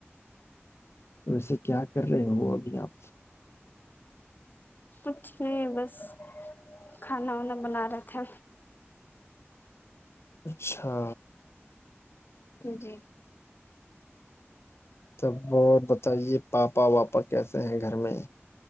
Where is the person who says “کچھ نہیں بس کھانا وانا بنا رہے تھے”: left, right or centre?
Left